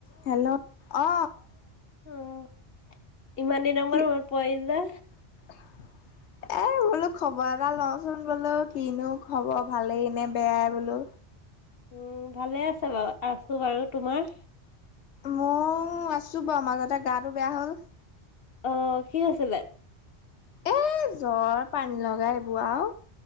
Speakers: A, on the left; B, on the left.
A: Hello, অ,
B: উম ইমান দিনৰ
A: কি
B: মূৰত মনত পৰিল নে।
A: <inaudible> এ বোলো খবৰ এটা লওঁচোন বোলো কিনো খবৰ ভালেই নে বেয়াই বোলো।
B: উম ভালে আছে বাউ আছো বাৰু তোমাৰ।
A: ময়ো আছো বাউ মাজতে গাটো বেয়া হ'ল।
B: অ কি হৈছিলে।
A: এ জ্বৰ পানী লগাই এইবোৰৰ আও,